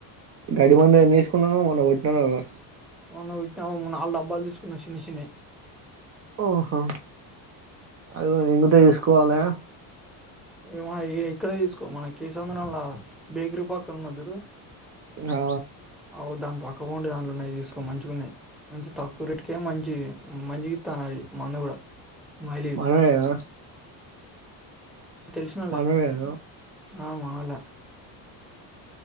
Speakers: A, on the right; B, in the centre.
A: గడ్డి మందు ఏం చేసుకున్నావ్ మొన్న కొట్టినావ్ గదా
B: మొన్న వెట్టావు మొన్న వాళ్ళ డబ్బాలు తీసుకున్న చిన్న చిన్నయి
A: ఓహో అది గుడ తీసుకోవాలి
B: ఇ మ ఎ ఎక్కడే తీసుకో మనకే సంవత్సరం రాల బేగ్రూ పాకం మధుర్
A: ఆ
B: అవ్దా పక్క ఉండి దాన్లోనే తీసుకో మంచి గున్నాయ్ మంచి తక్కువ రేటుకే మంచి మంచి గిత్త అన్నది మందు కూడా మై లీవ్
A: మనోడేనా
B: తెలిసినోళ్లే
A: మనోడేనా
B: ఆ మావోల్లే